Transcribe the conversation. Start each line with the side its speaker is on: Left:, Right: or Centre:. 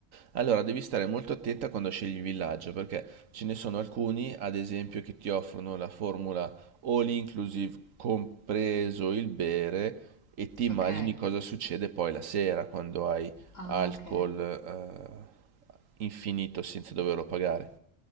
Right: Allora, devi stare molto attenta quando scegli il villaggio, perché ce ne sono alcuni, ad esempio, che ti offrono la formula all inclusive, compreso il bere, e ti immagini
Left: Ok.
Right: cosa succede poi la sera quando hai
Left: Ah,
Right: alcol,
Left: ok.
Right: eh, infinito senza doverlo pagare.